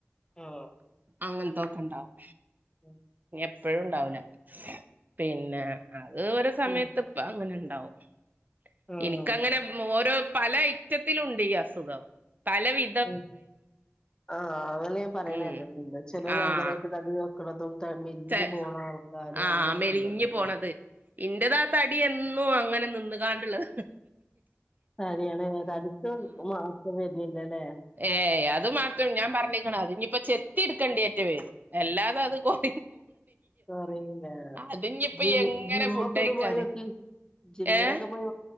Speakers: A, on the left (about 15°); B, on the right (about 40°).
A: ആഹ്
B: അങ്ങനത്തൊക്കെ ഉണ്ടാവും
A: ഉം
B: ഇനി എപ്പോഴും ഉണ്ടാവുലാ പിന്നെ അത് ഒരു സമയത്ത്
A: ഉം
B: അപ്പ അങ്ങനെ ഉണ്ടാവും
A: ആഹ്
B: എനിക്ക് ക്കങ്ങനെ ഓരോ പല അയ്റ്റത്തിലുണ്ട് ഈ അസുഖം പല വി
A: ഉ ആഹ അങ്ങനെ ഞാൻ പറയണെട്ടിട്ടുണ്ട്
B: ഉം
A: ചിലർ
B: ആഹ്
A: ഭയങ്കരമായിട്ട് തടി ടിക്ക്ണതും മെലിഞ്ഞു
B: ച
A: പോണ ആൾക്കാരും
B: ആഹ്
A: അങ്ങനെയൊക്കെണ്ടല്ലല്ലോ
B: മെലിഞ്ഞു പോണത് ഇന്റതാ തടി എന്നും അങ്ങനെ നിന്ന് കാണ്ടുള്ളത്
A: സരിയാണ് തടിക്കും എത്തും മാറ്റം വരുന്നില്ലല്ലേ
B: ഏയ് അത് മാത്രം ഞാൻ പറഞ്ഞിക്കണ അത് ഇനിയിപ്പോ ചെത്തി എടുക്കണ്ടി ഏറ്റം വരും അല്ലാതെ അത് കുറ
A: കൊറിയൂല്ല
B: അതിഞ്ഞിപ്പ
A: ജിം
B: എങ്ങനെ
A: ജിമ്മ
B: ഫുഡ്
A: ഒക്കെ
B: കഴിക്കാതെ
A: ഒന്ന് പോയോക്കി ജിമ്മിനൊക്കെ
B: ഏഹ്
A: പോയി